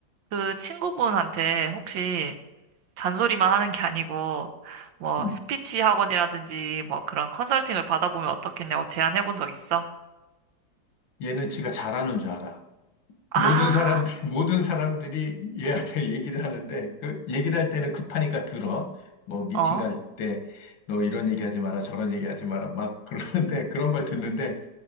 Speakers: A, on the right (about 80°); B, on the left (about 85°).
A: 그 친구분한테 혹시 잔소리만 하는 게 아니고 뭐
B: 음.
A: 스피치 학원이라든지 뭐 그런 컨설팅을 받아보면 어떻겠냐고 제안해 본 적 있어?
B: 얘는 지가 잘하는 줄 알아.
A: 아,
B: 모든 사람들이, <laughs> 모든 사람들이 얘한테 얘기를 하는데, 그 얘기를 할 때는 급하니까 들어. 뭐, 미팅
A: 어,
B: 갈 때, 너 이런 얘기 하지 마라, 저런 얘기 하지 마라, 막 그러는데, <laughs> 그런 걸 듣는데,